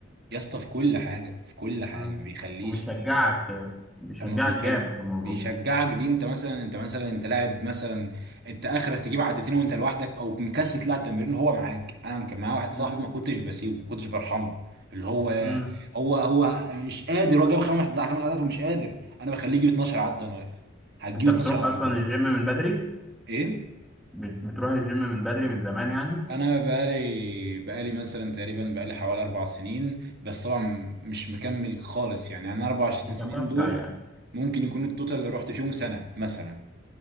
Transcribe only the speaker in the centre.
مم.
وبيشجعك بيشجعك
جامد في الموضوع
مم.
مم.
انت
بتروح
اصلا
الجيم
من بدري
بت- بتروح الجيم من بدري من زمان يعني
متقطع
يعني